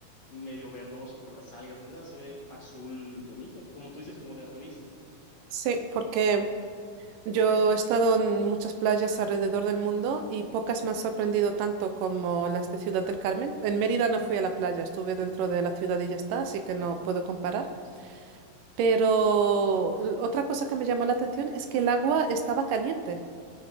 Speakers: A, on the left; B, on the right.
A: medio verdoso por las algas ni nada, se ve azul bonito, como tú dices, como de revista.
B: Sí, porque yo he estado en muchas playas alrededor del mundo y pocas me han sorprendido tanto como las de Ciudad del Carmen. En Mérida no fui a la playa, estuve dentro de la ciudad y ya está, así que no puedo comparar. Pero l- otra cosa que me llamó la atención es que el agua estaba caliente,